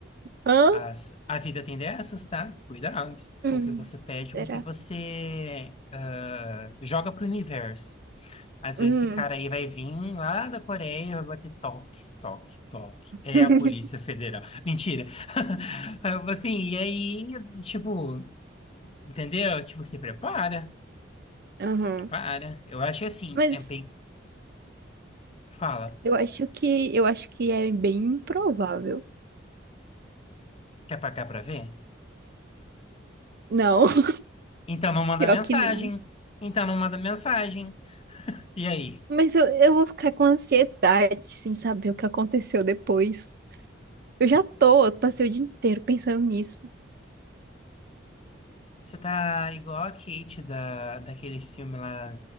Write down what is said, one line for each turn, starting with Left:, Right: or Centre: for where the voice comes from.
Right: Hã?
Left: As, a vida tem dessas, tá? Cuidado
Right: Hum.
Left: com o que você pede,
Right: Será?
Left: com o que você ah, joga pro universo. Às
Right: Hum.
Left: vezes esse cara aí vai vir lá da Coreia, vai bater toque, toque, toque. É
Right: <laughs>
Left: a Polícia Federal. <laughs> Mentira. <laughs> Aí eu falo Assim, e aí, tipo, entendeu? Tipo, se prepara,
Right: Uhum.
Left: se prepara. Eu acho que assim,
Right: Mas.
Left: é bem, fala,
Right: Eu acho que eu acho que é bem improvável.
Left: quer pagar pra ver?
Right: Não, <laughs>
Left: Então não manda
Right: pior
Left: mensagem.
Right: que não.
Left: Então não manda mensagem. E aí?
Right: Mas eu, eu vou ficar com ansiedade sem saber o que aconteceu depois. Eu já tô, eu passei o dia inteiro pensando nisso.
Left: Você tá igual a Kate da, daquele filme lá,